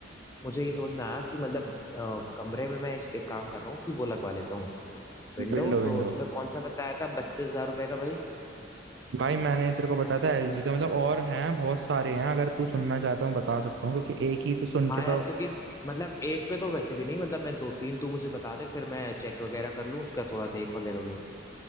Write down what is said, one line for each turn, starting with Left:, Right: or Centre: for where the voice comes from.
Left: मुझे ये समझ में आया कि मतलब अ, कमरे में मैं एक, एक काम कर रहा हूँ कि वो लगवा लेता हूँ विंडो
Right: विंडो
Left: तो
Right: विंडो
Left: तुमने कौन सा बताया था बत्तीस हजार रुपये का भाई
Right: भाई मैंने तेरे को बताया था एलजी का मतलब और हैं बहुत सारे हैं अगर तू सुनना चाहता हूँ बता सकता हूँ क्योंकि एक ही पे सुन
Left: हाँ
Right: के तो
Left: यार क्योंकि मतलब एक पे तो वैसे भी नहीं मतलब मैं दो तीन तो मुझे बता दे फिर मैं चेक वगैरह कर लूँ उसका थोड़ा देख वगैरह लूँ